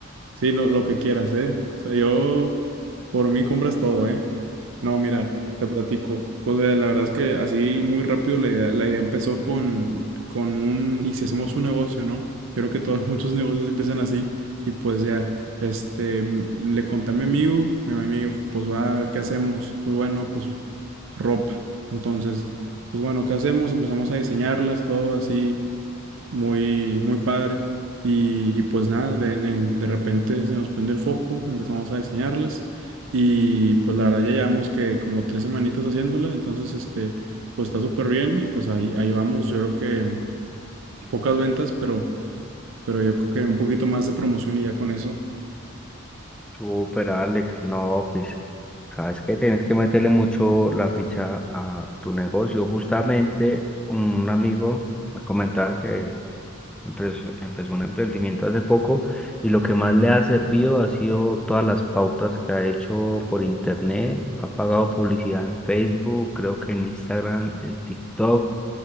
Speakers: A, on the right; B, in the centre.
A: sí, lo, lo que quieras, ¿eh? O sea, yo... Por mí compras todo, ¿eh? No, mira, te platico. Pues eh, la verdad es que así muy rápido la idea, la idea empezó con, con un, y si hacemos un negocio, ¿no? Yo creo que todos, <laughs> muchos negocios empiezan así y pues ya, este, m- le conté a mi amigo, mi amigo, pues va, ¿qué hacemos? Pues bueno, pues ropa. Entonces, pues bueno, ¿qué hacemos? Empezamos a diseñarlas, todo así, muy, muy padre. Y, y pues nada, de, en- de repente se nos prende el foco, empezamos a diseñarlas y pues la verdad ya llevamos que como tres semanitas haciéndola, entonces este, pues está súper bien y pues ahí, ahí vamos, yo creo que pocas ventas, pero, pero yo creo que un poquito más de promoción y ya con eso.
B: Súper, Alex. No, pues, sabes que tienes que meterle mucho la ficha a, a tu negocio. Justamente un amigo me comentaba que empezó, empezó un emprendimiento hace poco y lo que más le ha servido ha sido todas las pautas que ha hecho por internet. Ha pagado publicidad en Facebook, creo que en Instagram, en TikTok